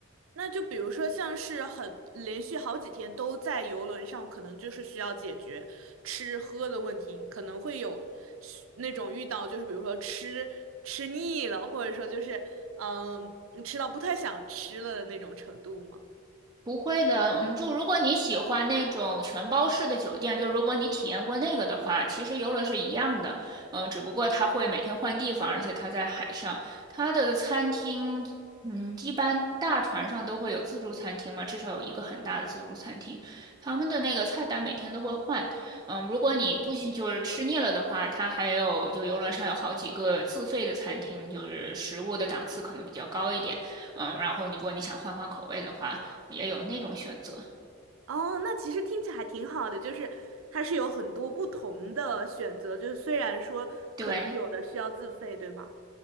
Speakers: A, on the right; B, on the right.
A: 那就比如说，像是很连续好几天都在游轮上，可能就是需要解决吃喝的问题，可能会有需那种遇到，就是比如说吃吃腻了，或者说就是嗯吃到不太想吃了的那种程度吗？
B: 不会的，嗯，就如果你喜欢那种全包式的酒店，就如果你体验过那个的话，其实游轮是一样的，嗯，只不过它会每天换地方，而且它在海上，它的餐厅，嗯，一般大船上都会有自助餐厅嘛，至少有一个很大的自助餐厅，他们的那个菜单每天都会换，嗯，如果你不行就是吃腻了的话，它还有就游轮上有好几个自费的餐厅，就是食物的档次可能比较高一点，嗯，然后如果你想换换口味的话。也有那种选择。
A: 哦，那其实听起来还挺好的，就是它是有很多不同的选择，就是虽然说可能有的需要自费，
B: 对，
A: 对吧？